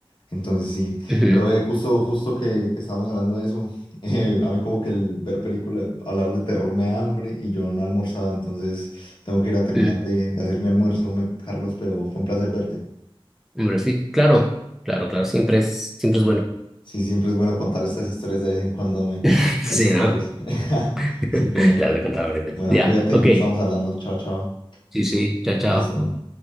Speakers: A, on the left; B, in the centre.
A: Entonces sí,
B: ujú,
A: pero eh, justo, justo que, que estábamos hablando de eso, <laughs> eh, a mí como que el ver películas, hablar de terror me da hambre y yo no he almorzado, entonces tengo que ir a terminar
B: mm.
A: de, de hacer mi almuerzo, me- Carlos, pero fue un placer verte.
B: Hombre, sí, claro, claro, claro, siempre es, siempre es bueno.
A: Sí, siempre es bueno contar estas historias de vez en cuando, me...
B: <laughs> Sí,
A: Listo,
B: ¿no?
A: Carlos. <laughs>
B: <laughs>
A: Sí, creo.
B: Las de contadores.
A: Bueno,
B: Ya,
A: cuídate,
B: ok.
A: estamos hablando. Chao, chao.
B: Sí, sí, chao, chao.
A: Listo.